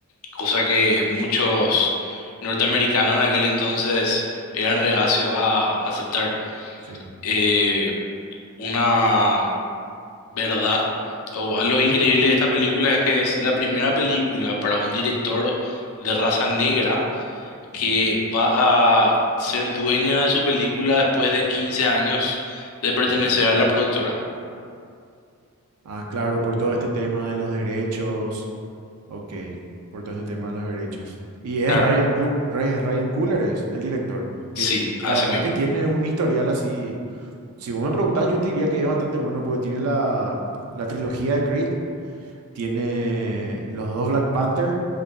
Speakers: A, on the left (about 75°); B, on the right (about 85°).
A: cosa que muchos norteamericanos en aquel entonces eran reacios a aceptar.
B: Sí.
A: Eh, una verdad o a lo increíble de esta película es que es la primera película para un director de raza negra que
B: ujú,
A: va a ser dueña de su película después de 15 años de pertenecer
B: Ok.
A: a la productora.
B: Ah, claro, por todo este tema de los derechos. Ok, por todo este tema de los derechos. Y es
A: Claro.
B: Ryan, Clu- Ray- Ryan Coogler, es el director,
A: Sí,
B: que
A: así
B: la verdad
A: mismo.
B: que tiene un historial así. Si vos me preguntás, yo te diría que es bastante bueno porque tiene la, la trilogía de Creed, tiene los dos Black Panther